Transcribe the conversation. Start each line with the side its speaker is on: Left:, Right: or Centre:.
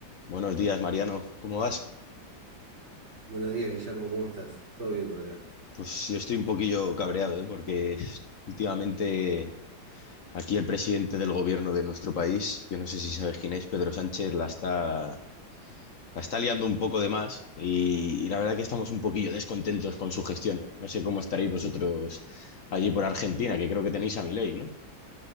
Left: Buenos días, Mariano. ¿Cómo vas?
Right: Buenos días, Guillermo, ¿cómo estás? ¿Todo bien por acá?
Left: Pues yo estoy un poquillo cabreado, ¿eh? Porque últimamente aquí el presidente del gobierno de nuestro país, yo no sé si sabes quién es, Pedro Sánchez, la está, la está liando un poco de más y, y la verdad que estamos un poquillo descontentos con su gestión. No sé cómo estaréis vosotros allí por Argentina, que creo que tenéis a Milei, ¿no?